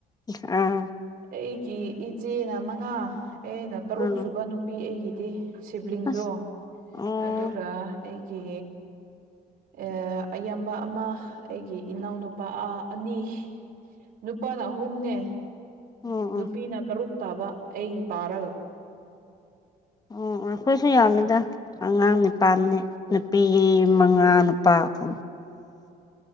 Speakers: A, on the left; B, on the right.
A: ꯑꯥ
B: ꯑꯩꯒꯤ ꯏꯆꯦꯅ ꯃꯉꯥ ꯑꯩꯅ ꯇꯔꯨꯛ
A: ꯎꯝ
B: ꯁꯨꯕ ꯅꯨꯄꯤ ꯑꯩꯒꯤꯗꯤ ꯁꯤꯕꯂꯤꯡꯖꯨ
A: ꯑꯁ ꯑꯣ
B: ꯑꯗꯨꯒ ꯑꯩꯒꯤ ꯑꯥ ꯑꯦꯌꯥꯝꯕ ꯑꯃ ꯑꯩꯒꯤ ꯏꯅꯥꯎꯅꯨ ꯄꯥ ꯑꯅꯤ ꯅꯨꯄꯥꯅ ꯑꯍꯨꯝꯅꯦ
A: ꯑꯣ
B: ꯅꯨꯄꯤꯅ
A: ꯑꯣ
B: ꯇꯔꯨꯛ ꯇꯥꯕ ꯑꯩ ꯄꯥꯔꯒ
A: ꯑꯣ ꯑꯩꯈꯣꯏꯁꯨ ꯌꯥꯝꯃꯤꯗ ꯑꯉꯥꯡ ꯅꯤꯄꯥꯟꯅꯦ ꯅꯨꯄꯤ ꯃꯉꯥ ꯅꯨꯄꯥ ꯑꯍꯨꯝ